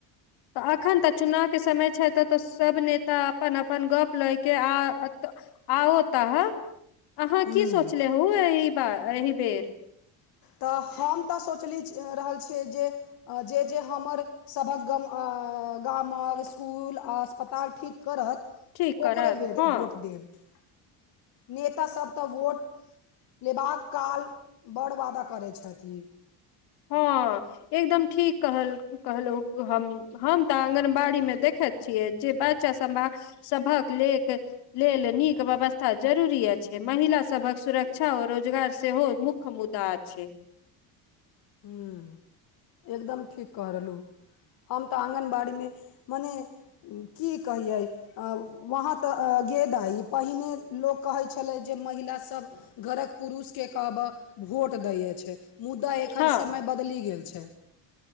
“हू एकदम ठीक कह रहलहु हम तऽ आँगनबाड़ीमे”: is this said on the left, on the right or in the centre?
Left